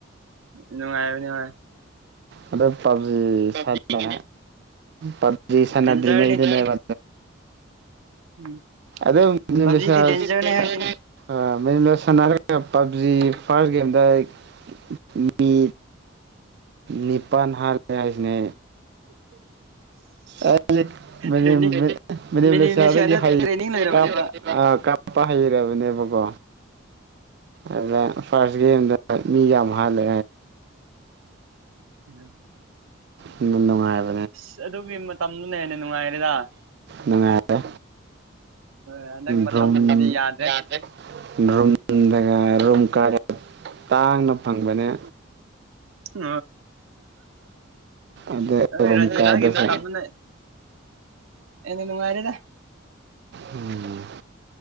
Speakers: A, on the right; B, on the right.
A: ꯅꯨꯡꯉꯥꯏꯕ <unintelligible>
B: ꯑꯗꯨ ꯄꯥꯞꯖꯤ ꯁꯥꯟꯅ ꯄꯥꯞꯖꯤ ꯁꯥꯟꯅꯗꯔꯤꯉꯩꯗꯅꯦꯕ꯫
A: ꯗꯦꯟꯖꯔꯅꯤ ꯎꯝ
B: ꯑꯗꯨꯝ <unintelligible>
A: ꯄꯞꯖꯤꯗꯤ ꯗꯦꯟꯖꯔꯅꯦ ꯍꯥꯏꯁꯤꯅꯤ
B: ꯃꯌꯨꯝꯗ ꯁꯥꯟꯅꯔꯒ ꯄꯞꯖꯤ ꯐꯥꯔꯁ ꯒꯦꯝꯗ ꯑꯩ ꯃꯤ ꯅꯤꯄꯥꯟ ꯍꯥꯠꯂꯦ ꯍꯥꯏꯁꯤꯅꯦ ꯑꯩꯅ꯫
A: ꯇ꯭ꯔꯦꯅꯤꯡ ꯃꯤꯅꯤꯃꯤꯅꯤꯁꯤꯌꯥꯗ ꯇ꯭ꯔꯦꯅꯤꯡ ꯂꯣꯏꯔꯕꯅꯦꯕ
B: <inaudible> ꯑ ꯀꯞꯄ ꯍꯩꯔꯕꯅꯦꯕꯀꯣ꯫ ꯑꯗꯨꯗ ꯐꯥꯔꯁ ꯒꯦꯝꯗ ꯃꯤ ꯌꯥꯝ ꯍꯥꯜꯂ꯫
A: <inaudible>
B: ꯅꯨꯡꯉꯥꯏꯕ
A: ꯑꯁ ꯑꯗꯨꯒꯤ ꯃꯇꯝꯗꯨꯅ ꯍꯦꯟꯅ ꯅꯨꯡꯉꯥꯏꯔꯦꯗ꯫
B: ꯅꯨꯡꯉꯥꯏꯔꯦ꯫
A: ꯍꯣꯏ ꯍꯟꯗꯛ ꯃꯇꯝꯁꯤꯗꯤ
B: ꯗ꯭ꯔꯨꯝ
A: ꯌꯥꯗ꯭ꯔꯦ꯫
B: <unintelligible> ꯇꯥꯡꯅ ꯐꯪꯕꯅꯦ꯫
A: ꯎ
B: ꯑꯗꯨ
A: ꯑꯈꯣꯏ
B: ꯔꯨꯝ
A: ꯔꯟꯖꯅꯥꯒꯤ
B: ꯀꯥꯗꯨꯁꯨ
A: ꯃꯇꯝꯗꯨꯅ ꯑꯦꯟꯅ ꯅꯨꯡꯉꯥꯏꯔꯦꯗ꯫
B: ꯎꯝ꯫